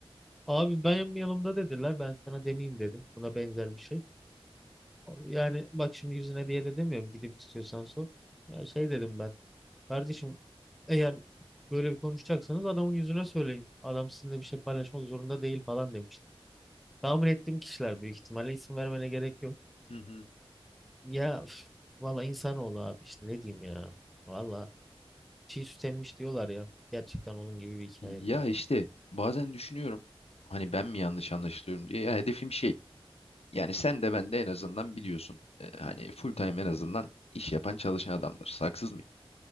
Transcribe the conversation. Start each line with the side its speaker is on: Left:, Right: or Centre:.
Centre: Abi benim yanımda dediler ben sana demeyeyim dedim. Buna benzer bir şey. Yani bak şimdi yüzüne diye de demiyorum gidip istiyorsan sor. Ya şey dedim ben. Kardeşim eğer böyle bir konuşacaksanız adamın yüzüne söyleyin. Adam sizinle bir şey paylaşmak zorunda değil falan demiştim. Tahmin ettiğim kişiler büyük ihtimalle isim vermene gerek yok.
Left: Hı hı.
Centre: Ya üf, valla insanoğlu abi işte ne diyeyim ya. Valla çiğ süt emmiş diyorlar ya. Gerçekten onun gibi bir hikaye
Left: Ya
Centre: bu da.
Left: işte bazen düşünüyorum hani ben mi yanlış anlaşılıyorum diye. Ya hedefim şey Yani sen de ben de en azından biliyorsun. e, hani full time en azından iş yapan çalışan adamdır. Haksız mıyım?